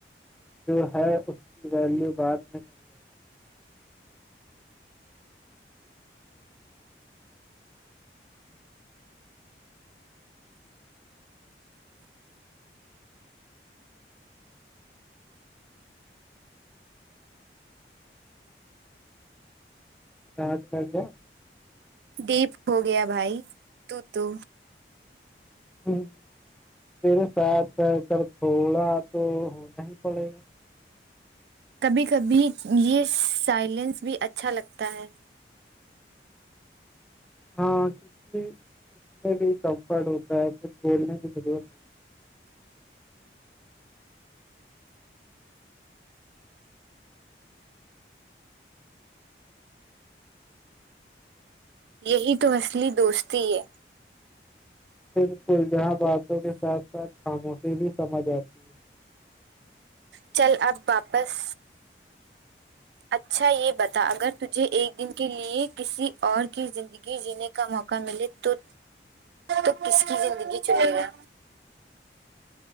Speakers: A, in the centre; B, on the right.
A: جو ہے اس کی ویلیو بعد میں سمجھ آتی ہے <unintelligible>
B: ڈیپ ہو گیا بھائی تو تو
A: ہوں تیرے ساتھ رہ کر تھوڑا تو ہونا ہی پڑے گا
B: کبھی کبھی یہ سائلینس بھی اچھا لگتا ہے
A: ہاں <unintelligible> میں بھی کمفرٹ ہوتا ہے کچھ بولنے میں ضرور
B: یہی تو اصلی دوستی ہے
A: بالکل جہاں باتوں کے ساتھ ساتھ خاموشی بھی سمجھ آتی ہے
B: چل اب واپس اچھا یہ بتا اگر تجھے ایک دن کے لیے کسی اور کی زندگی زگی جینے کا موقع ملے تو تو کس کی زندگی چنے گا